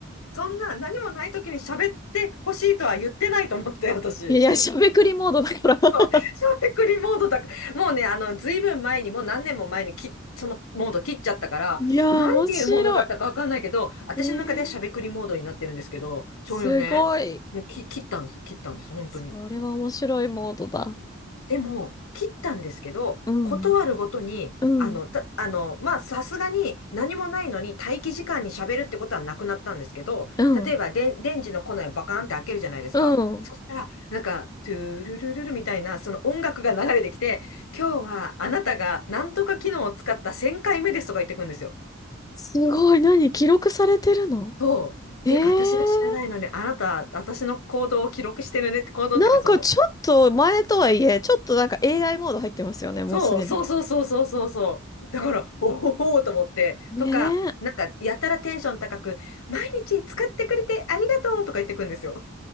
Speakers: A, on the left; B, on the left.
A: そんな何もない時に喋ってほしいとは言ってないと思って、私。
B: いや、しゃべくりモードだから。
A: そう、
B: <laughs>
A: 小テクリモードだから、もうね、あの、ずいぶん前に、もう何年も前にき、そのモード切っちゃったから、
B: いやー、
A: なんていうモードだったかわかんないけど、
B: 面白い。
A: 私の中ではしゃべくりモードになってるんですけど、
B: えー、
A: それをね、
B: すごい。
A: もうき、切ったんです、切ったんです、本当に。
B: それは面白いモードだ。
A: でも、切ったんですけど、
B: うん、
A: 断るごとに、
B: うん、
A: あの、た、あの、まあ、さすがに何もないのに待機時間に喋るってことはなくなったんですけど、
B: うん、
A: 例えばで、電池のコネをバカーンって開けるじゃないですか。
B: うん。
A: そしたら、なんか、トゥルルルルみたいな、その音楽が流れてきて、今日はあなたがなんとか機能を使った1000回目ですとか言ってくるんですよ。
B: すごい。何記録されてるの
A: そう。っていうか、
B: えー、
A: 私が知らないのに、あなた、私の行動を記録してるね行動っていうか、
B: なんかちょっと前とはいえ、
A: その、
B: ちょっとなんか AI モード入ってますよね、もうすでに。
A: そう、そうそうそうそうそうそう。だから、おおと思って、
B: ねえ。
A: とか、なんか、やたらテンション高く、毎日使ってくれてありがとうとか言ってくんですよ。